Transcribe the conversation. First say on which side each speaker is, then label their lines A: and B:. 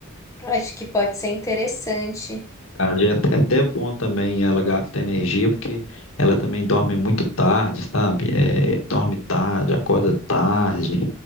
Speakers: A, on the left; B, on the left.
A: eu acho que pode ser interessante.
B: Verdade, É até é até bom também ela gastar energia, porque ela também dorme muito tarde, sabe? É, dorme tarde, acorda tarde,